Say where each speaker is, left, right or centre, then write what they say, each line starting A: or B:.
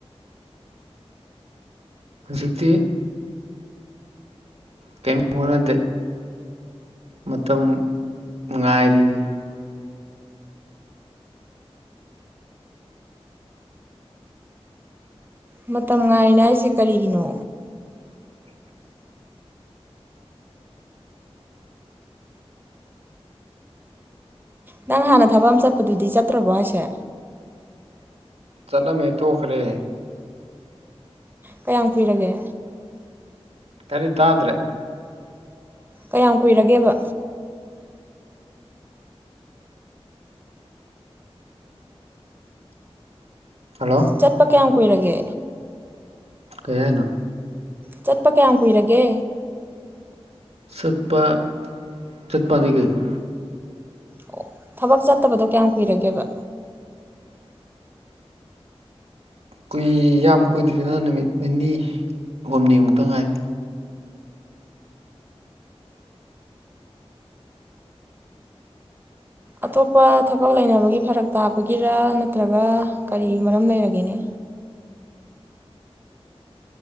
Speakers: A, on the right; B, on the right.
A: ꯍꯧꯖꯤꯛꯇꯤ ꯀꯔꯤꯝ ꯍꯣꯠꯅꯗꯦ ꯃꯇꯝ ꯉꯥꯏꯔꯤꯅꯤ
B: ꯃꯇꯝ ꯉꯥꯏꯔꯤꯅ ꯍꯥꯏꯁꯦ ꯀꯔꯤꯒꯤꯅꯣ ꯅꯪ ꯍꯥꯟꯅ ꯊꯕꯛ ꯑꯃ ꯆꯠꯄꯗꯨꯗꯤ ꯆꯠꯇ꯭ꯔꯕꯣ ꯍꯥꯏꯁꯦ
A: ꯆꯠꯂꯝꯃꯦ ꯇꯣꯈꯔꯦ
B: ꯀꯌꯥꯝ ꯀꯨꯏꯔꯒꯦ
A: ꯀꯔꯤ ꯇꯥꯗ꯭ꯔꯦ
B: ꯀꯌꯥꯝ ꯀꯨꯏꯔꯒꯦꯕ
A: ꯍꯜꯂꯣ
B: ꯆꯠꯄ ꯀꯌꯥꯝ ꯀꯨꯏꯔꯒꯦ
A: ꯀꯩ ꯍꯥꯏꯅꯣ
B: ꯆꯠꯄ ꯀꯌꯥꯝ ꯀꯨꯏꯔꯒꯦ
A: ꯆꯠꯄ ꯆꯠꯄꯗꯤ ꯀꯩꯅꯣ
B: ꯑꯣ ꯊꯕꯛ ꯆꯠꯇꯕꯗꯣ ꯀꯌꯥꯝ ꯀꯨꯏꯔꯒꯦꯕ
A: ꯀꯨꯏ ꯌꯥꯝ ꯀꯨꯏꯗ꯭ꯔꯤꯗ ꯅꯨꯃꯤꯠ ꯅꯤꯅꯤ ꯍꯨꯝꯅꯤꯃꯨꯛꯇ ꯉꯥꯏꯔꯤ
B: ꯑꯇꯣꯞꯄ ꯊꯕꯛ ꯂꯩꯅꯕꯒꯤ ꯐꯔꯛ ꯇꯥꯕꯒꯤꯔ ꯅꯠꯇ꯭ꯔꯒ ꯀꯔꯤ ꯃꯔꯝ ꯂꯩꯔꯒꯦꯅꯦ